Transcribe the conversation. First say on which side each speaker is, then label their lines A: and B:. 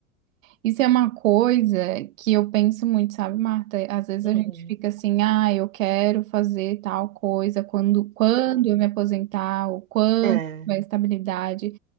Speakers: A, on the right; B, on the right.
A: isso é uma coisa que eu penso muito, sabe, Marta? Às vezes
B: Uhum.
A: a gente fica assim, ah, eu quero fazer tal coisa quando, quando
B: Ah,
A: eu me aposentar, ou quando
B: É,
A: tiver estabilidade.